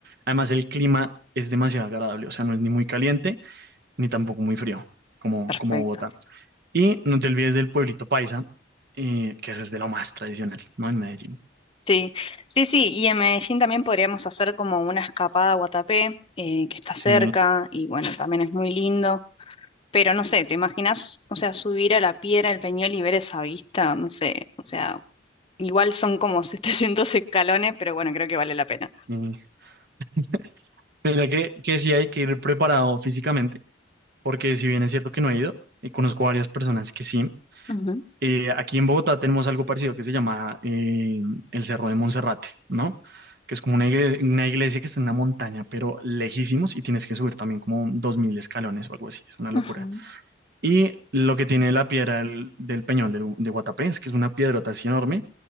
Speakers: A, on the right; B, on the left.
A: Además, el clima es demasiado agradable, o sea, no es ni muy caliente ni tampoco muy frío, como,
B: perfecto.
A: como Bogotá. Y no te olvides del pueblito paisa, eh, que eso es de lo más tradicional, ¿no? En Medellín.
B: Sí, sí, sí. Y en Medellín también podríamos hacer como una escapada a Guatapé, eh, que está
A: Sí,
B: cerca y bueno, también es muy lindo. Pero no sé, ¿te imaginas, o sea, subir a la piedra del Peñol y ver esa vista? No sé, o sea, igual son como <laughs> 700 escalones, pero bueno, creo que vale la pena.
A: sí. <laughs> Mira que, que sí hay que ir preparado físicamente, porque si bien es cierto que no he ido, y conozco varias personas que sí.
B: Ujú,
A: eh, aquí en Bogotá tenemos algo parecido que se llama eh, el Cerro de Monserrate, ¿no? Que es como una iglesia, una iglesia que está en una montaña, pero lejísimos, y tienes que subir también como 2.000 escalones o algo así, es una locura.
B: ujú,
A: Y lo que tiene la piedra del, del Peñol del- de Guatapé es que es una piedrota así enorme